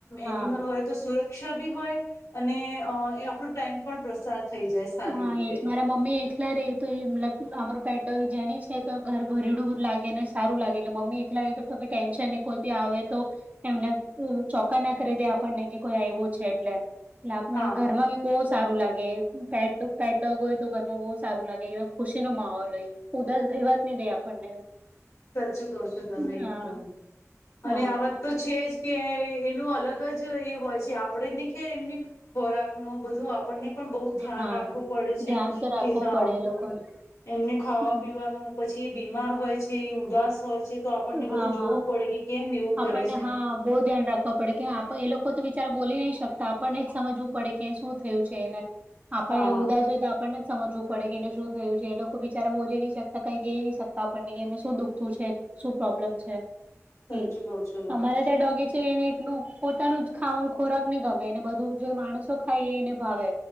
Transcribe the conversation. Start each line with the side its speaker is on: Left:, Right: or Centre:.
Right: હા
Left: એનિમલ હોય તો સુ રક્ષા બી હોય અને એ આપણો ટાઈમ પણ પ્રસાર થઈ જાય સારી
Right: હા,
Left: રીતે
Right: એજ મારા મમ્મી એકલા રેય તો એ મતલબ અમારુ પેટ ડોગ જેની છે તો ઘર ભરીડયુ ડર લાગે ને સારું લાગે એટલે મમ્મી એકલા હોય તો બી ટેન્શન ની કોઈ બી આવે તો એમને ચોક્કના કરી દેય આપણને કે કોઈ આયવું છે એટલે લાભ
Left: હા
Right: ઘરમાં બી બો સારું લાગે. પેટ પેટ ડોગ હોય તો ઘરમાં બહુ સારું લાગે ખુશીનો માહોલ હોય ઉદાસ રહેવા જ નહીં દે આપણને.
Left: સાચું કહો છો તમે
Right: હા
Left: એકદમ
Right: હા
Left: અને આ વાત તો છે જ કે એનું અલગ જ એ હોય છે આપણેને ખેર એમની ખોરાકનું બધું આપણને પણ બહુ ધ્યાન
Right: હા
Left: રાખવું પડે છે
Right: ધ્યાન તો રાખવું
Left: કે હા
Right: પડે એ લોકોને
Left: એમને ખાવા
Right: હમ્મ,
Left: પીવાનું પછી જે બીમાર હોય છે જે ઉદાસ હોય છે
Right: હા
Left: જોવું
Right: હા
Left: પડે કે કેમ એવું
Right: આપણને
Left: કરે છે
Right: હા બહુ ધ્યાન રાખવા પડે કે એ લોકો તો બીચાર બોલી નહી શકતા આપણને જ સમજવું પડે કે શું થયું છે એને આપણે
Left: હા
Right: એ ઉદાસ હોય તો આપણને જ સમજવું પડે કે શું થયું છે એ લોકો બિચારા બોલી નહી શકતા કઈ ક નહી શકતા આપણને કે એમને શું દુખતું છે શું પ્રોબ્લેમ છે
Left: સાચું
Right: એજ
Left: કહો છો તમે
Right: અમારા ત્યાં ડોગી છે એને એટલું પોતાનું જ ખાવાનું ખોરાક નહી ગમે અનેને બધું જો માણસો ખાઈ એને ભાવે